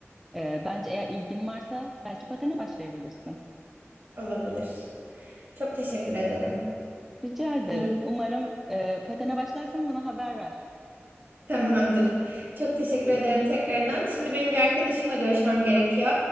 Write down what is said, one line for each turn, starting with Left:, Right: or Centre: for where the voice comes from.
Centre: E, bence eğer ilgin varsa belki patene başlayabilirsin.
Right: Olabilir. Çok teşekkür ederim.
Centre: Rica ederim.
Right: İyi,
Centre: Umarım e, patene başlarsan bana haber ver.
Right: tamamdır. Çok teşekkür ederim tekrardan. Şimdi benim bir arkadaşımla görüşmem gerekiyor.